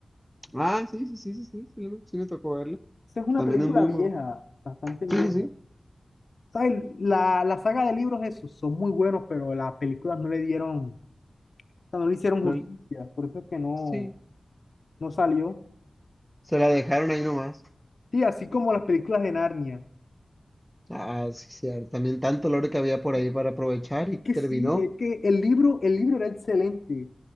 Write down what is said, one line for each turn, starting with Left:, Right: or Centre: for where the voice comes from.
Centre: Ah, sí, sí, sí, sí, sí, sí, lo- sí me tocó verla.
Left: Esa es una
Centre: También
Left: película
Centre: es muy,
Left: vieja,
Centre: muy bu-
Left: bastante vieja.
Centre: Sí, sí, sí.
Left: ¿Sabes? La, la saga de libros, esos son muy buenos, pero las películas no le dieron sea, no le hicieron
Centre: lo-
Left: justicia, por eso es que no,
Centre: sí.
Left: no salió.
Centre: Se la dejaron ahí nomás.
Left: Sí, así como las películas de Narnia.
Centre: Ah, sí, cierto. También tanto lore que había por ahí para aprovechar
Left: Es
Centre: y
Left: que
Centre: terminó.
Left: sí, es que el libro, el libro era excelente.